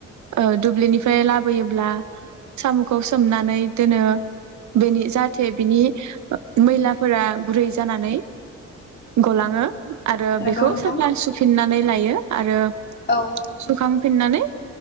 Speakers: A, on the right; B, on the left.
A: ओ दुब्लिनि ओमफ्राय लाबोयोब्ला साम'खौ सोमनानै दोनो बिनि जाहाथे बिनि मैलाफोरा गुरै जानानै गलाङो आरो
B: नंगौ
A: बेखौ
B: नोंथां
A: साफा सुफिननानै लायो आरो
B: औ
A: सुखांफिननानै